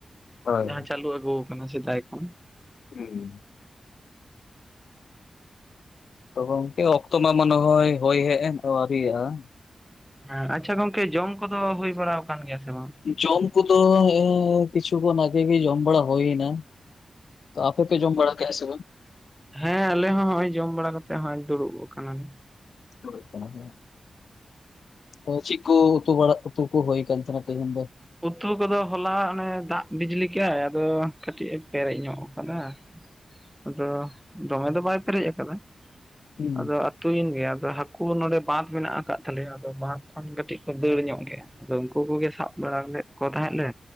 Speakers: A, on the left (about 75°); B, in the centre.
A: ᱦᱳᱭ
B: ᱡᱟᱦᱟᱸ ᱪᱟᱹᱞᱩ ᱟᱹᱜᱩ ᱠᱟᱱᱟ ᱥᱮᱫᱟᱭ ᱠᱷᱚᱱ ᱾
A: ᱦᱩᱻᱸ ᱛᱚ ᱜᱚᱝᱠᱮ ᱚᱠᱛᱚ ᱢᱟ ᱢᱚᱱᱮ ᱦᱚᱭ ᱦᱳᱭ ᱦᱮᱡ ᱮᱱ ᱟᱹᱣᱨᱤ ᱟ ᱾
B: ᱦᱮᱸ ᱟᱪᱪᱷᱟ ᱜᱚᱝᱠᱮ ᱡᱚᱢ ᱠᱚᱫᱚ ᱦᱩᱭ ᱵᱟᱲᱟ ᱠᱟᱱ ᱜᱮᱭᱟ ᱥᱮ ᱵᱟᱝ?
A: ᱡᱚᱢ ᱠᱚᱫᱚ ᱚᱸᱻ ᱠᱤᱪᱷᱩ ᱠᱷᱚᱱ ᱟᱜᱮ ᱜᱮ ᱡᱚᱢ ᱵᱟᱲᱟ ᱦᱩᱭ ᱮᱱᱟ ᱾ ᱛᱚ ᱟᱯᱮ ᱯᱮ ᱡᱚᱢ ᱵᱟᱲᱟ ᱠᱮᱫᱟ ᱥᱮ ᱵᱟᱝ?
B: ᱦᱮᱸᱻ ᱟᱞᱮ ᱦᱚᱸᱻ ᱱᱚᱜ- ᱚᱭ ᱡᱚᱢ ᱵᱟᱲᱟ ᱠᱟᱛᱮ ᱦᱚᱸᱻᱜᱚᱭ ᱫᱩᱲᱩᱵ ᱠᱟᱱᱟᱞᱮ᱾
A: <unintelligible> ᱫᱩᱲᱩᱫ ᱠᱟᱱᱟᱞᱮ ᱾ ᱚ ᱪᱮᱜ ᱠᱚ ᱩᱛᱩ ᱵᱟᱲᱟ ᱩᱛᱩ ᱠᱚ ᱦᱳᱭ ᱠᱟᱱ ᱛᱟᱢᱟ ᱛᱮᱦᱮᱧ ᱫᱚ?
B: ᱩᱛᱩ ᱠᱚᱫᱚ ᱦᱚᱞᱟ ᱚᱱᱮ ᱫᱟᱜ ᱵᱤᱡᱽᱞᱤ ᱠᱮᱜᱟᱭ ᱾ ᱟᱫᱚ ᱠᱟᱹᱴᱤᱡ ᱮ ᱯᱮᱨᱮᱡ ᱧᱚᱜ ᱠᱟᱫᱟ ᱾ ᱟᱫᱚ ᱫᱚᱢᱮ ᱫᱚ ᱵᱟᱭ ᱯᱮᱨᱮᱡ ᱠᱟᱫᱟ
A: ᱦᱩᱸ
B: ᱟᱫᱚᱼᱼᱼ ᱛᱩᱭᱮᱱ ᱜᱮᱭᱟ ᱟᱫᱚ ᱦᱟᱹᱠᱩ ᱱᱚᱰᱮ ᱵᱟᱺᱫᱷ ᱢᱮᱱᱟ-ᱜ ᱠᱟᱜ ᱛᱟᱞᱮᱭᱟ ᱾ ᱟᱫᱚ ᱵᱟᱺᱫᱷ ᱠᱷᱚᱱ ᱠᱟᱹᱴᱤᱡ ᱠᱚ ᱫᱟᱹᱲ ᱧᱚᱜ ᱜᱮᱭᱟ ᱾ ᱟᱫᱚ ᱩᱝᱠᱩ ᱠᱚᱜᱮ ᱥᱟᱵᱼᱼᱼ ᱵᱟᱲᱟ ᱞᱮᱫ ᱠᱚ ᱛᱟᱦᱮᱸᱫ ᱞᱮ